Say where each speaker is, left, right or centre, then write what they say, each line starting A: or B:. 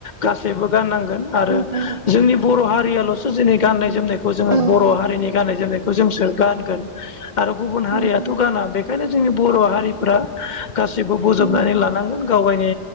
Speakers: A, on the left (about 45°); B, on the right (about 50°).
A: गासैबो गाननांगोन। आरो
B: उम उम
A: जोंनि बर' हारियाल'सो जोंनि गाननाय जोमनायखौ जोङो
B: औ
A: बर' हारिनि गाननाय जोमनाय खौ जोंसो गानगोन आरो गुबुन
B: उम
A: हारियाथ'
B: उम
A: गाना बेखायनो जोंनि बर' हारिफ्रा गासिबो बजबनानै
B: उम
A: लानांगोन गावबायनि